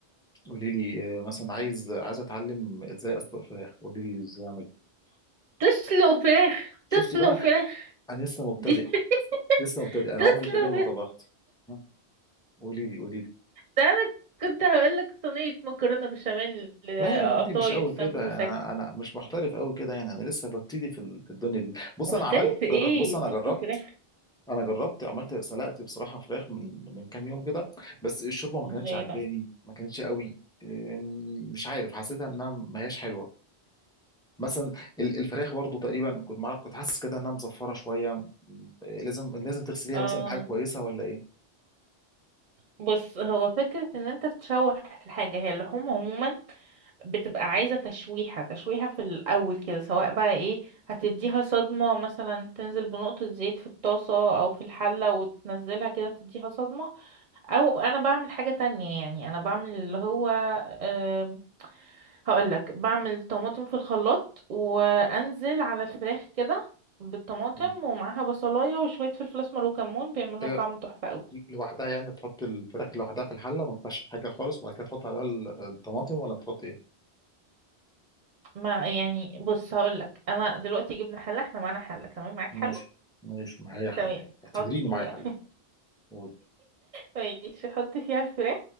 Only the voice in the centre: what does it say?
قولي لي آه، مثلا عايز عايز أتعلم إزاي أسلق فراخ قولي لي إزاي أعمل
شفتي
بقى
أنا لسه مبتدئ
لسه مبتدئ
أنا
عمري
تقريبا ما طبخت ها، قولي لي قولي
لا يا بنتي
مش قوي
كده انا انا مش محترف قوي كده يعني انا لسه ببتدي في ال- في الدنيا دي بص
انا عملت
جرب بص انا
جربت
انا جربت عملت سلقت بصراحه فراخ من من كام يوم كده بس الشوربه ما
كانتش عجباني
ما كانتش قوي أم، مش عارف حسيتها انها ما هياش حلوه مثلا ال- الفراخ برضو تقريبا كنت معرف كنت حاسس كده انها مزفره شويه أم، لازم لازم تغسليها
مثلا بحاجه كويسه ولا ايه
مم.
ايوه
لوحدها يعني تحط الفراخ لوحدها في الحله ما تنفعش في حاجه خالص وبعد كده تحط عليها ال- الطماطم ولا بتحط ايه
ماشي
ماشي معايا حل
اعتبريني
معايا
حل قول